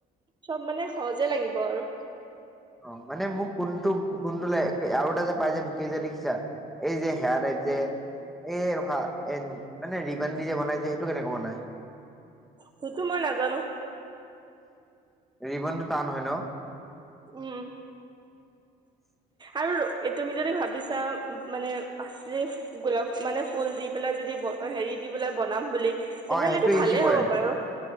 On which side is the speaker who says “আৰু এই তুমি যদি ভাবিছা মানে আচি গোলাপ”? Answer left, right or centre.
Right